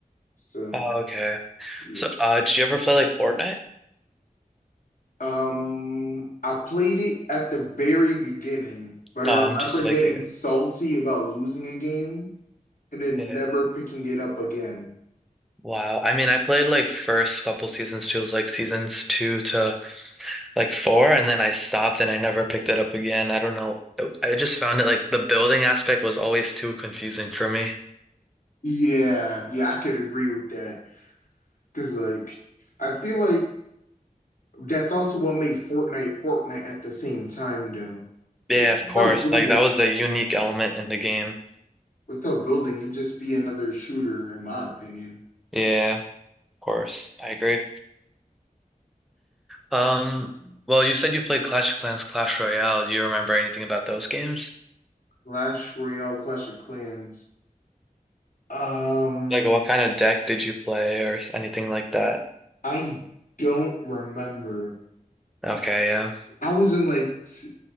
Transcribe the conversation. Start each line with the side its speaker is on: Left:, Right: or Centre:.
Left: So,
Centre: Oh, okay.
Left: yeah.
Centre: So, uh, did you ever play like Fortnite?
Left: Um, I played it at the very beginning, but I
Centre: Oh,
Left: remember
Centre: I'm just
Left: getting
Centre: like you.
Left: salty about losing a game and then
Centre: Yeah.
Left: never picking it up again.
Centre: Wow. I mean, I played like first couple seasons too. It was like seasons two to like four, and then I stopped and I never picked it up again. I don't know. uh, I just found it like the building aspect was always too confusing for me.
Left: Yeah, yeah, I could agree with that. Because, like, I feel like that's also what made Fortnite Fortnite at the same time, though.
Centre: Yeah,
Left: Like,
Centre: of course.
Left: how good
Centre: Like that was a unique element in the game.
Left: Without building, you'd just be another shooter, in my opinion.
Centre: Yeah, of course. I agree. Um, well, you said you played Clash of Clans, Clash Royale. Do you remember anything about those games?
Left: Clash Royale, Clash of Clans. Um,
Centre: Like what kind of deck did you play or s- anything like that?
Left: I don't remember.
Centre: Okay, yeah.
Left: I was in like s-